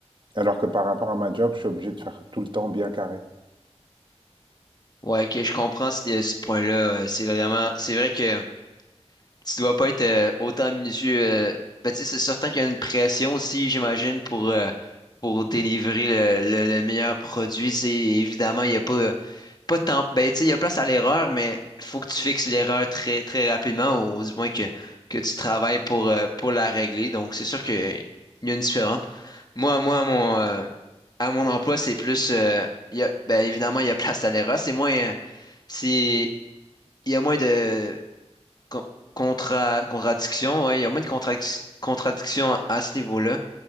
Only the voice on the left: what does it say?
Ouais, ok, je comprends ce, ce point-là. euh, c'est vraiment, c'est vrai que. tu dois pas être euh, autant minutieux. euh, ben, tu sais, c'est certain qu'il y a une pression aussi, j'imagine, pour, euh, pour délivrer le, le- le meilleur produit. Tu sais, évidemment, il y a pas, euh, pas tant, ben, tu sais, il y a place à l'erreur, mais il faut que tu fixes l'erreur très, très rapidement, ou du moins que, que tu travailles pour, euh, pour la régler. Donc, c'est sûr qu'il y a une différence. Moi, moi, à mon, euh, à mon emploi, c'est plus, euh, il y a, ben, évidemment, il y a <laughs> place à l'erreur. C'est moins, euh, c'est, il y a moins de con- contra- contradiction, ouais, il y a moins de contradic- contradictions à, à ce niveau-là.